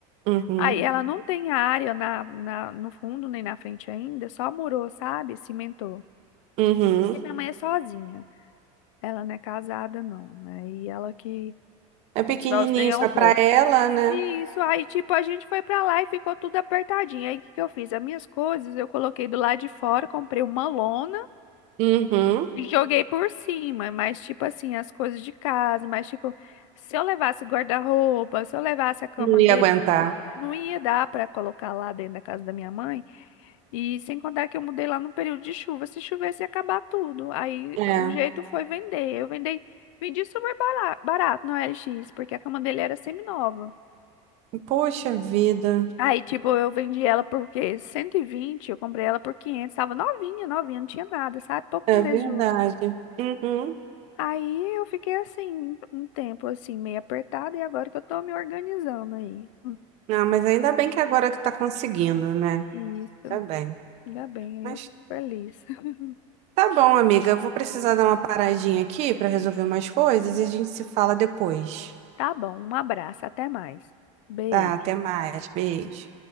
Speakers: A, on the right (about 40°); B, on the left (about 80°).
A: Uhum,
B: Aí ela não tem área na, na, no fundo nem na frente ainda, só murou, sabe? Cimentou.
A: uhum.
B: Porque minha mãe é sozinha. Ela não é casada, não, né? E ela que
A: É pequenininho
B: constrói os trem ao
A: só
B: pouco.
A: pra ela, né?
B: E isso aí, tipo, a gente foi pra lá e ficou tudo apertadinho. Aí o que que eu fiz? As minhas coisas eu coloquei do lado de fora, comprei uma lona
A: Uhum.
B: e joguei por cima. Mas, tipo assim, as coisas de casa, mas, tipo, se eu levasse guarda-roupa, se eu levasse a cama
A: Não
B: dele,
A: ia aguentar.
B: não ia dar pra colocar lá dentro da casa da minha mãe. E sem contar que eu mudei lá no período de chuva. Se chovesse, ia acabar tudo. Aí
A: É.
B: o jeito foi vender. Eu vendei, vendi super bara- barato no LX, porque a cama dele era semi-nova.
A: Poxa vida.
B: Aí, tipo, eu vendi ela por quê? cento e vinte eu comprei ela por quinhentos Tava novinha, novinha, não tinha nada, sabe? Poucos
A: É
B: meses
A: verdade.
B: de uso.
A: Uhum.
B: Aí eu fiquei assim, um tempo assim, meio apertada, e agora que eu tô me organizando aí. Hum,
A: Não, mas ainda bem que agora que tá conseguindo, né?
B: Isso,
A: Tá bem.
B: ainda bem, aí
A: Mas
B: eu fico feliz. <laughs>
A: tá bom, amiga. Eu vou precisar dar uma paradinha aqui pra resolver umas coisas
B: Tá bom.
A: e a gente se fala depois.
B: Tá bom, um abraço, até mais. Beijo.
A: Tá, até mais. Beijo.